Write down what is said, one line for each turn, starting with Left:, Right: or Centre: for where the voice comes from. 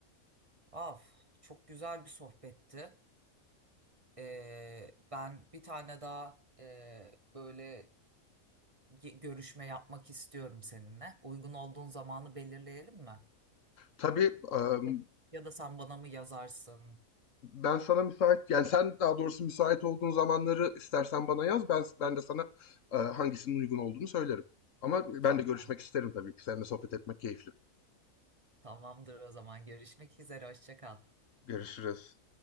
Right: Af, çok güzel bir sohbetti. Ee, ben bir tane daha e, böyle ge- görüşme yapmak istiyorum seninle. Uygun olduğun zamanı belirleyelim mi?
Left: Tabii em,
Right: Ya ya da sen bana mı yazarsın?
Left: ben sana müsait, yani sen daha doğrusu müsait olduğun zamanları istersen bana yaz. Ben ben de sana e, hangisinin uygun olduğunu söylerim. Ama
Right: Tamam.
Left: ben de görüşmek isterim tabii ki. Seninle sohbet etmek keyifli.
Right: Tamamdır o zaman. Görüşmek üzere. Hoşça kal.
Left: Görüşürüz.